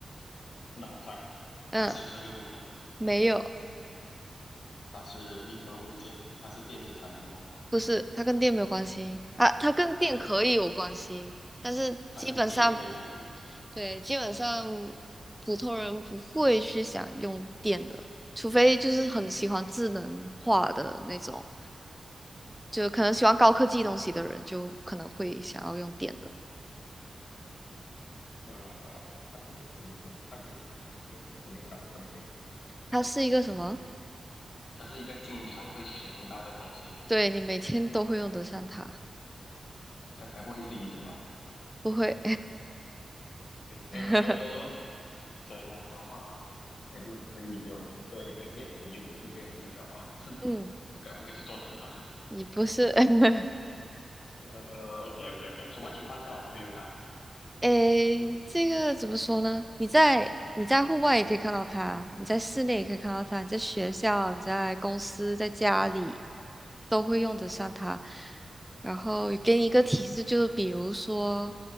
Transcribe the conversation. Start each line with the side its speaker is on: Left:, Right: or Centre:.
Left: 那么快？
Centre: 嗯，
Left: 它是有生命的吗？
Centre: 没有，
Left: 它是一个物件，它是电子产品吗？
Centre: 不是，它跟电没有关系啊，它跟电可以有关系，
Left: 它跟电子，
Centre: 但是基本上，
Left: 它跟电可以有关系
Centre: 对，基本上普通人不会去想用电的，除非就是很喜欢智能化的那种，就可能喜欢高科技东西的人，就可能会想要用电的。
Left: 嗯，它是使用，它是一个经常使用到的东西吗
Centre: 它是一个什么？
Left: 它是一个经常会使用到的东西嘛？
Centre: 对，你每天都会用得上它，
Left: 它该不会是椅子吧？
Centre: 不会，
Left: 呃，
Centre: <laughs>
Left: 这样的话，它又可以有这一个电子，又不是电子的话，是
Centre: 嗯，
Left: 该不会是桌子吧？
Centre: 你不是。<laughs>
Left: 呃，OK OK OK，什么情况下我们会用到？
Centre: 诶，这个怎么说呢？你在你在户外也可以看到它，你在室内也可以看到它，你在学校、你在公司、在家里都会用得上它。然后给你一个提示，就是比如说